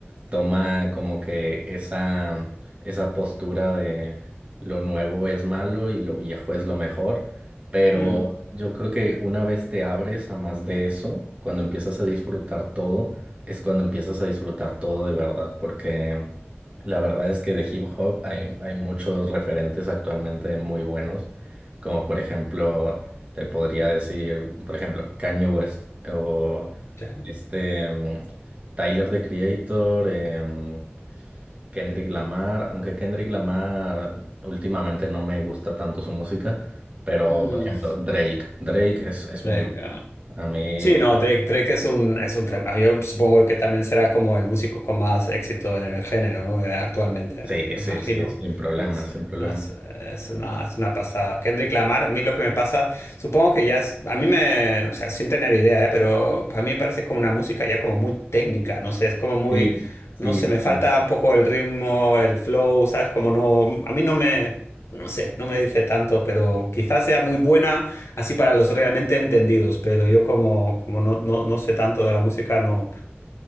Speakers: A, on the right; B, on the left.
A: toma como que esa, esa postura de lo nuevo es malo y lo viejo es lo mejor, pero
B: Mm,
A: yo creo que una vez te abres a más de eso, cuando empiezas a disfrutar todo, es cuando empiezas a disfrutar todo de verdad, porque la verdad es que de hip hop hay, hay muchos referentes actualmente muy buenos, como por ejemplo... Te podría decir, por ejemplo, Kanye West o
B: sí.
A: este em, Tyler the Creator, em, Kendrick Lamar, aunque Kendrick Lamar últimamente no me gusta tanto su música, pero
B: Mm,
A: por ejemplo, Drake, Drake es, es
B: Drake,
A: muy bueno.
B: ah.
A: A mí,
B: Sí, no, Drake, Drake es un, es un fenómeno. Yo supongo que también será como el músico con más éxito en el género, ¿no? Eh, Actualmente,
A: sí,
B: me
A: sí,
B: imagino.
A: sí, sin problemas,
B: Es,
A: sin problemas.
B: es- es una, es una pasada. Kendrick Lamar, a mí lo que me pasa, supongo que ya es, a mí me, o sea, sin tener idea, ¿eh? Pero a mí me parece como una música ya como muy técnica, no sé, es como muy,
A: Sí, sí,
B: no sé,
A: sí,
B: me falta
A: sí.
B: un poco el ritmo, el flow, ¿sabes? Como no, a mí no me... No sé, no me dice tanto, pero quizás sea muy buena Así para los realmente entendidos, pero yo como, como no, no, no sé tanto de la música, no,